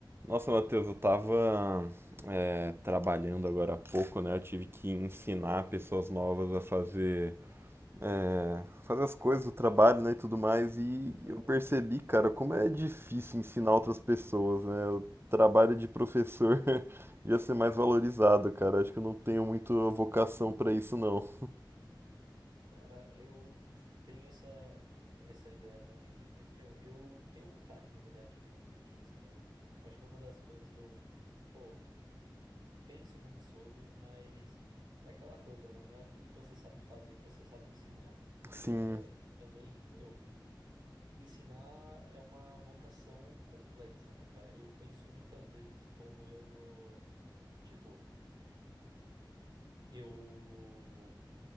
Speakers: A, on the right; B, on the right.
A: Nossa, Matheus, eu tava é, trabalhando agora há pouco, né? Eu tive que ensinar pessoas novas a fazer, é, fazer as coisas do trabalho, né, e tudo mais. E
B: Aham.
A: eu percebi, cara, como é difícil ensinar outras pessoas, né? O trabalho de professor <laughs> devia ser mais valorizado, cara. Acho que eu não tenho muito vocação pra isso, não.
B: Cara, eu tenho essa, essa ideia também. É, meu, eu tenho vontade, na verdade, de um, de um dia ensinar. Acho que é uma das coisas que eu, pô, penso muito sobre, mas é aquela coisa, né? Não é porque você sabe fazer que você sabe ensinar.
A: Sim,
B: É, e também, meu, ensinar é uma vocação complexa, né, cara? Eu penso muitas vezes como eu, tipo, eu